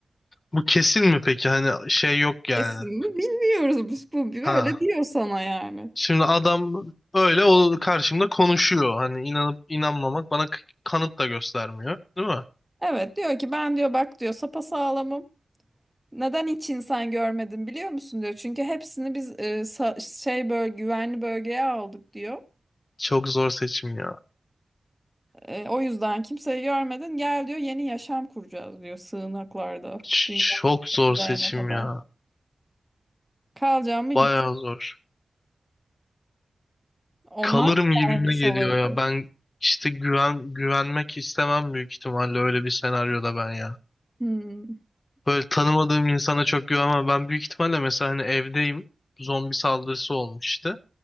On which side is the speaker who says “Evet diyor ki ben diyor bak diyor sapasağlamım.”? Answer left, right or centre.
Centre